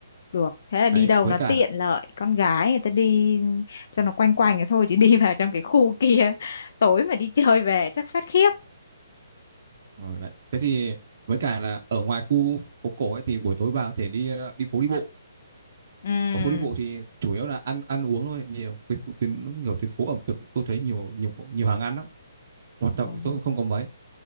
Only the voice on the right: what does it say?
Đấy,
với
cả
là
ờ, đấy. Thế thì với cả là ở ngoài khu phố cổ ấy thì buổi tối bà có thể đi ờ, đi phố đi bộ.
Ở phố đi bộ thì chủ yếu là ăn ăn uống thôi, nhiều cái phố- tuyến nhiều tuyến phố ẩm thực tôi thấy nhiều nhiều nhiều hàng ăn lắm. Hoạt động
thì tôi cũng không có mấy.